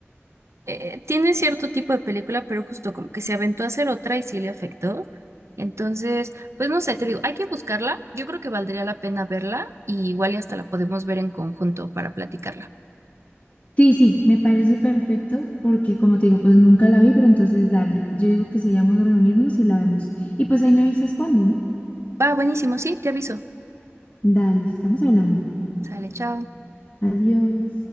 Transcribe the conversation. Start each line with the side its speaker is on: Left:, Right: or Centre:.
Right: eh, tiene cierto tipo de película, pero justo como que se aventó a hacer otra y sí le afectó. Entonces, pues no sé, te digo, hay que buscarla. Yo creo que valdría la pena verla y igual y hasta la podemos ver en conjunto para platicarla.
Left: Sí, sí,
Right: Sí.
Left: me parece perfecto porque como te digo, pues nunca la vi, pero entonces dale. Yo digo que seríamos reunirnos y la vemos. Y pues ahí me avisas cuándo, ¿no?
Right: Va, buenísimo, sí, te aviso.
Left: Dale, estamos hablando.
Right: Sale, chao.
Left: Adiós.